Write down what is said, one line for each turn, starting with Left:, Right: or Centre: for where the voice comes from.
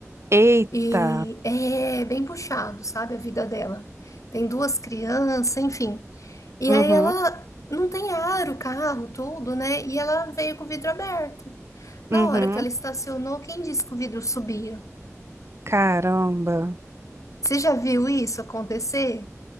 Right: Eita.
Left: E é bem puxado, sabe, a vida dela. Tem duas crianças, enfim. E
Right: Uhum.
Left: aí ela não tem ar, o carro, tudo, né? E ela veio com o vidro aberto.
Right: Uhum.
Left: Na hora que ela estacionou, quem disse que o vidro subia?
Right: Caramba.
Left: Você já viu isso acontecer?